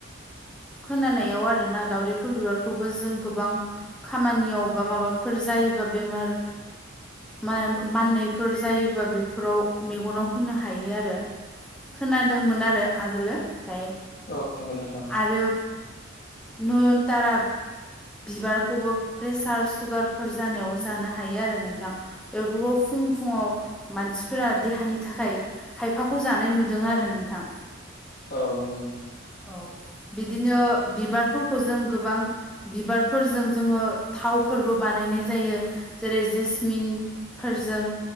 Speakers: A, in the centre; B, on the left.
A: खोनानायाव आरोना दावउदै फुल बिबारखौबो जों गोबां खामानियाव बा माबाफोर जायोबा बेमार मा माननायफोर जायोबा बेफोराव मेगनाव होनो हायो आरो खोनादोंमोन आरो आगोलो ओमफाय
B: औ नंगौ नोंथां
A: आरो नयनतारा बिबारखौबो प्रेसार सुगारफोर जानायाव जानो हायो आरो नोंथां बे <unintelligible> फुं फुङाव मानसिफोरा देहानि थाखाय खायफाखौ जानाय नुदों आरो नोंथां
B: औ नंगौ नोंथां
A: औ बिदिनो बिबारफोरखौ जों गोबां बिबारफोरजों जोङो थावफोरबो बानायनाय जायो जेरै जेसमिन फोरजों